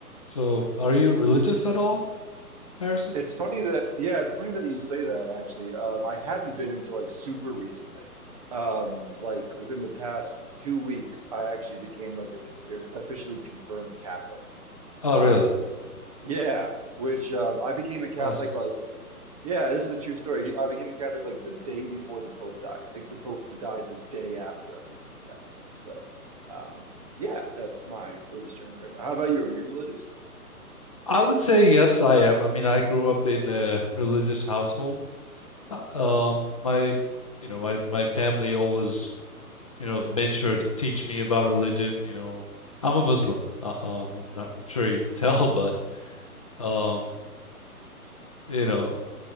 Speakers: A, on the left; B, on the right.
A: So, are you religious at all, Harrison?
B: It's funny that, yeah, it's funny that you say that actually. Um, I hadn't been until like super recently. Um, like within the past two weeks, I actually became like a confi officially confirmed Catholic.
A: Oh,
B: Um,
A: really?
B: yeah, which uh, I became a
A: It's
B: Catholic
A: awesome.
B: like this, yeah, this is a true story. I became a Catholic like the day before the Pope died. Like the Pope died the day after I became Catholic. So, um, yeah, that's my religious journey right now. How about you? Are you religious?
A: I would say yes, I am. I mean, I grew up in a religious household. Uh, Um, my, you know, my my family always, you know, made sure to teach me about religion. You know, I'm a Muslim. Uh, um, I'm not, I'm sure you could <laughs> tell, but um, you know,